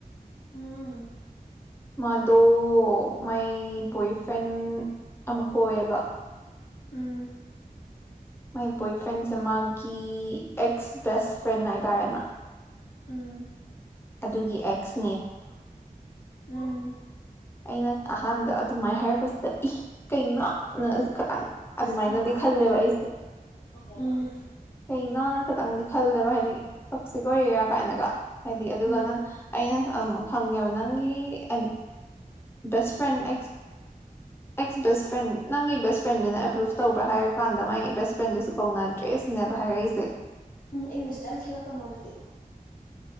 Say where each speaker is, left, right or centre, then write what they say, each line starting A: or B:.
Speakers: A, on the left (about 70°); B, on the left (about 15°).
A: ꯎꯝ
B: ꯃꯥꯗꯣ ꯃꯥꯏ
A: ꯎꯝ
B: ꯕꯣꯏꯐ꯭ꯔꯦꯟ ꯑꯃ ꯀ ꯑꯣꯏꯌꯦꯕ
A: ꯎꯝ
B: ꯃꯥꯏ ꯕꯣꯏ ꯐ꯭ꯔꯦꯟꯁꯦ ꯃꯥꯒꯤ ꯑꯦꯛꯁ ꯕꯦꯁ ꯐ꯭ꯔꯦꯟ ꯍꯥꯏꯇꯥꯔꯦꯅ
A: ꯎꯝ
B: ꯑꯗꯨꯒꯤ ꯑꯦꯛꯁ
A: ꯎꯝ
B: ꯑꯩꯅ ꯑꯍꯥꯟꯕꯗ ꯑꯗꯨꯃꯥꯏꯅ ꯍꯥꯏꯔꯛꯄꯁꯤꯗ ꯏ ꯀꯩꯅꯣꯅ ꯈꯈꯤꯇꯪ ꯑꯗꯨꯃꯥꯏꯅ
A: ꯑꯁ ꯃꯄꯥꯟ
B: ꯗꯤ ꯈꯜꯂꯦꯕꯏ
A: ꯊꯣꯛꯀꯦ ꯎꯝ
B: ꯀꯩꯅꯅ ꯈꯈꯤꯇꯪꯗꯤ ꯈꯜꯂꯦꯕ ꯍꯥꯏꯗꯤ ꯇꯣꯛꯁꯤꯛ ꯑꯣꯏꯔꯦꯔꯤꯌꯥ ꯀꯥꯏꯅꯒ ꯍꯥꯏꯗꯤ ꯑꯗꯨꯒ
A: ꯎꯝ
B: ꯅꯪ ꯑꯩꯅ ꯑꯦꯁ ꯑꯃꯨꯛ ꯍꯪꯉꯦꯕ ꯅꯪꯒꯤ ꯑꯦ ꯕꯦꯁ ꯐ꯭ꯔꯦꯟ ꯑꯩ ꯑꯦꯛꯁ ꯕꯦꯁ ꯐ꯭ꯔꯦꯟ ꯅꯪꯒꯤ ꯕꯦꯁ ꯐ꯭ꯔꯦꯟꯗꯨꯅ ꯑꯦꯄ꯭ꯔꯨꯞ ꯇꯧꯕ꯭ꯔꯥ ꯍꯥꯏꯔ ꯀꯥꯟꯗ ꯃꯥꯏ ꯕꯦꯁ ꯐ꯭ꯔꯦꯟꯗꯨꯁꯨ ꯀꯧꯅꯗ꯭ꯔꯦ ꯁꯤꯅꯦꯕ ꯍꯥꯏꯔꯛꯏꯁꯦ
A: ꯎꯝ ꯏꯪꯂꯤꯁꯇꫭ ꯌꯥꯝ ꯊꯦꯠꯂꯛꯀꯅꯣ ꯑꯗꯨꯗꯤ